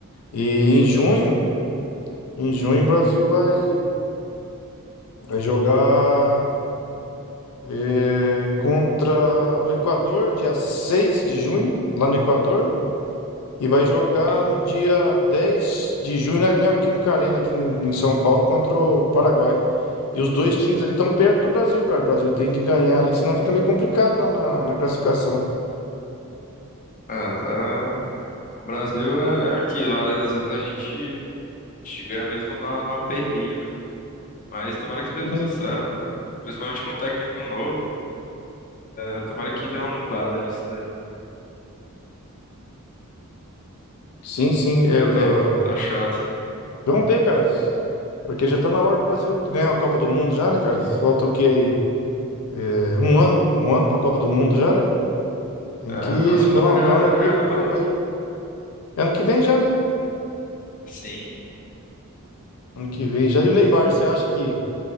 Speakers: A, on the left (about 80°); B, on the left (about 35°).
A: E
B: Sim,
A: em junho, em junho o Brasil vai, vai jogar é, contra o Equador, dia 6 de junho, lá no Equador, E vai jogar
B: sim.
A: no dia 10 de junho na Neoquímica Arena, aqui em em São Paulo, contra o Paraguai. E os dois times ali estão perto do Brasil, cara. O Brasil tem que ganhar ali, senão fica meio complicado na, na, na classificação.
B: Ah, tá. O Brasil é aquilo, às vezes a gente, a gente ganha mesmo no, no aperreio, né? Mas tomara que dê
A: Sim,
B: tudo certo, né? Principalmente com o técnico novo, é, tomara que dê uma mudada nisso daí,
A: sim. sim, é-
B: porque tá,
A: é.
B: tá chato.
A: Vamos ver, cara. Porque já tá na hora do Brasil ganhar a Copa do Mundo já, né, cara? Falta o que aí? É, um ano. Um ano pra Copa do Mundo já, né? Tem
B: É,
A: que
B: próximo
A: dar
B: ano
A: uma,
B: já,
A: dar uma alegria
B: já é a
A: pro
B: Copa
A: povo
B: do Mundo.
A: aí. Ano que vem já, né?
B: Sim.
A: Ano que vem já. E o Neymar, você acha que